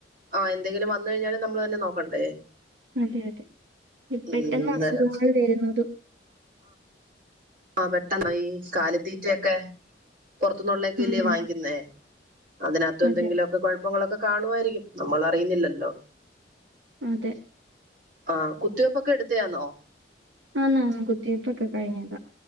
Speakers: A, on the right; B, on the right.
A: ആഹ് എന്തെങ്കിലും വന്നു കഴിഞ്ഞാലും നമ്മള്തന്നേ നോക്കണ്ടേ?
B: അതെ അതെ
A: ഉം
B: പെട്ടെന്ന്
A: അന്നേരം
B: അസുഖങ്ങള് വരുന്നതും.
A: ആ പെട്ടന്നാ ഈ കാലിത്തീറ്റയൊക്കെ പൊറത്തുന്നുള്ളയ്ക്കല്ലേ
B: ആന്നാന്ന്
A: വാങ്ങിക്കുന്നേ? അതിനകത്തും എന്തെങ്കിലൊക്കെ
B: അതെ
A: കൊഴപ്പങ്ങളൊക്കെ കാണുവായിരിക്കും നമ്മള് അറിയുന്നില്ലല്ലോ?
B: അതെ
A: ആഹ് കുത്തിവെപ്പൊക്കെ എടുത്തെയാന്നോ?
B: ആന്ന് ആന്ന് കുത്തിവെപൊക്കെ കഴിഞ്ഞതാ.